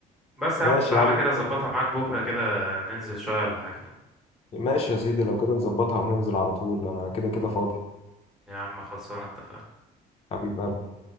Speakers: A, in the centre; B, on the left.
A: بس يا عم
B: ماشي
A: فتعالى
B: يا عم
A: كده اظبطها معاك بكره كده ننزل شوية ولا حاجة
B: ماشي يا سيدي لو كده نظبطها وننزل على طول انا كده كده فاضي
A: يا عم خلصانة اتفقنا
B: حبيب قلبي